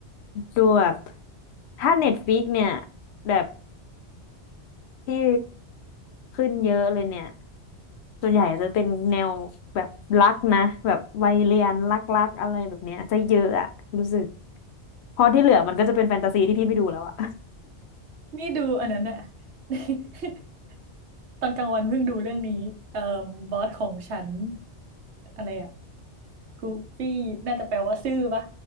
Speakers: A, on the left; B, on the right.
A: ดูแบบถ้าเน็ตฟ i ิกเนี่ยแบบที่ขึ้นเยอะเลยเนี่ย ส่วนใหญ่จะเป็นแนวแบบรักนะแบบวัยเรียนรักๆอะไรแบบเนี้ยจะเยอะอะรู้สึกพอที่เหลือมันก็จะเป็นแฟนตาซีที่พี่ไม่ดูแล้วอะ
B: นี่ดูอันนั้นอะ <laughs> ตอนกลางวันเพิ่งดูเรื่องนี้เอ่อบอสของฉันอะไรอะกูฟี่น่าจะแปลว่าซื่อปะ